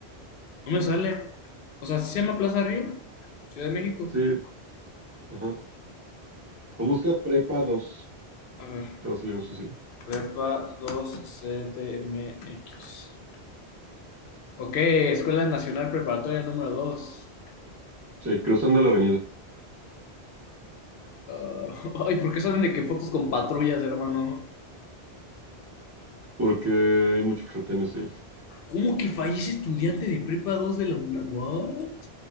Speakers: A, on the left; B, on the right.
A: No me sale. O sea, ¿sí se llama Plaza Río? Ciudad de México.
B: Sí, ajá. O busca Prepa Dos
A: A ver.
B: Te va a salir un social.
A: Prepa 2 X. Ok, Escuela Nacional Preparatoria número dos.
B: Sí, cruzando la avenida.
A: Ah, <laughs> ay, ¿por qué salen de que fotos con patrullas, hermano?
B: Porque hay muchos retenes ahí.
A: ¿Cómo que fallece estudiante de prepa 2 de la UNAM? ¿What?